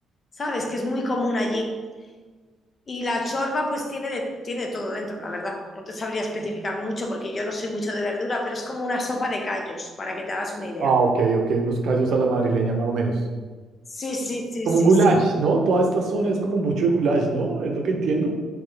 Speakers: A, on the left; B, on the right.
A: ¿sabes? Que es muy común allí. Y la chorba pues tiene de, tiene de todo dentro, la verdad. No te sabría especificar mucho porque yo no soy mucho de verdura, pero es como una sopa de callos, para que te hagas una idea.
B: Ah, ok, ok, unos callos a la madrileña más o menos.
A: Sí, sí, sí,
B: Como
A: sí,
B: un goulash,
A: sí.
B: ¿no? Toda esta zona es como mucho de goulash, ¿no? Es lo que entiendo.